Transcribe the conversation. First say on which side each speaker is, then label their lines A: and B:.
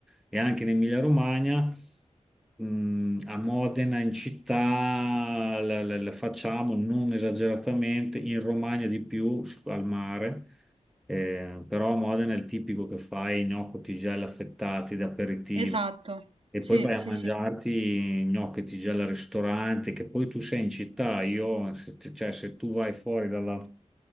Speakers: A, in the centre; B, on the right.
A: E anche in Emilia-Romagna, mh, a Modena, in città, la, la- la facciamo non esageratamente, in Romagna di più, s- al mare, Eh, però a Modena è il tipico che fai gnocchi, tigelle affettati da aperitivo.
B: Esatto,
A: E
B: sì,
A: poi vai a
B: sì,
A: mangiarti
B: sì.
A: gnocchetti già al ristorante, che poi tu sei in città. Io, se, t- cioè, se tu vai fuori dalla